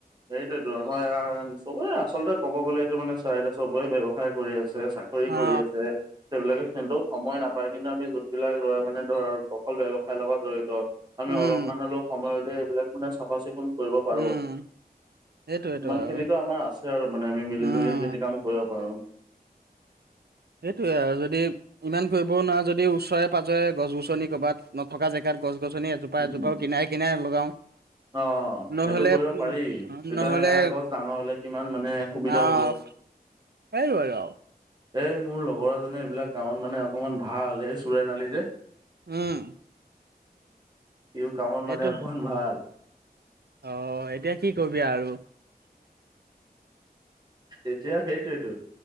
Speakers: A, on the right (about 25°); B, on the right (about 80°).
A: সেইটোৱেইটো আমাৰ ইয়াৰ চবৰে আচলতে ক'ব গ'লে এইটো মানে চৰাইদেউত চবেই ব্যয়ৱসায় কৰি আছে। কৰি কৰি
B: অ
A: আছে। সেইবিলাকে কিন্তু সময় নাপায় কিন্তু আমি যোনবিলাক ল'ৰা মানে ধৰ অকল ব্যয়ৱসায়ৰ লগত জড়িত। আমি
B: উম
A: অলপমান হলেও সময় উলিয়াই এইবিলাক মানে চাফা চিকুণ কৰিব পাৰোঁ।
B: উম সেইটোয়েতো
A: সিমান
B: আৰু
A: খিনিতো আমাৰ আছে আৰু মানে আমি মিলি
B: উম
A: জুলি সেই খেতি কাম কৰিব পাৰোঁ।
B: সেইটোৱে আৰু যদি ইমান কৰিবও নোৱাৰা যদি ওচৰে পাজৰে গছ গছনি ক'বাত নথকা জেগাত গছ গছনি জোপাই
A: উম,
B: জোপাই কিনাৰে কিনাৰে লগাওঁ
A: অ সেইটো
B: নহ'লে
A: কৰিব পাৰি তেতিয়া
B: নহ'লে
A: ইয়াৰ গছ ডাঙৰ হলে কিমান মানে সুবিধা
B: আহ
A: হ'ব।
B: এই বজও <unintelligible>
A: এই মোৰ লগৰ এজনে এইবিলাক কামত মানে অকমান ভাল এই চোৰেন আলি যে
B: উম
A: ইও কামত
B: সেইটো
A: মানে অকণমান ভাল।
B: অ এতিয়া কি কৰিবি আৰু
A: এতিয়া সেইটোৱেইটো